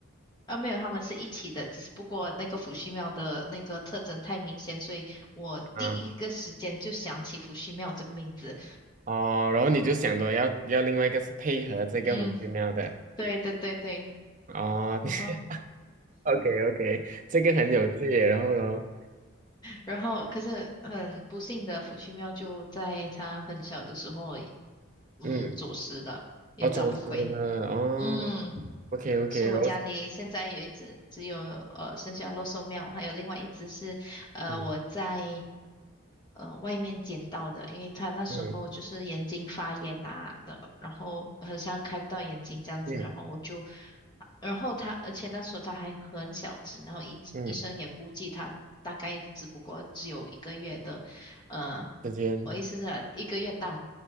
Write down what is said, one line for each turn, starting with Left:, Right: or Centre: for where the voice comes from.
Left: 啊，没有，他们是一起的，只是不过那个伏羲庙的那个特征太明显，所以我第一个时间就想起伏羲庙这个名字。
Right: 嗯，哦，然后你就想着要要另外一个是配合这个胡须喵的，
Left: 嗯，对对对对。
Right: 哦
Left: 然后，
Right: <laughs>，OK OK，这个很有趣耶然后呢，
Left: 然后，可是很不幸的，伏羲庙就在他很小的时候，嗯，
Right: 嗯，
Left: 走失了，也找不回。
Right: 我总之呢，哦，OK
Left: 嗯。
Right: OK，
Left: 所以我家里现在有一只，
Right: 然后，
Left: 只有呃剩下肉兽喵，还有另外一只是呃我在
Right: 嗯
Left: 呃外面捡到的，因为他那时候就是眼睛发炎啊，
Right: 嗯
Left: 呃然后好像开不到眼睛这样子，
Right: 嗯
Left: 然后我就，然后他，而且那时候他还很小只，然后医医生也估计他大概只不过只有一个月的嗯，
Right: 嗯，时间，
Left: 我意思是一个月大，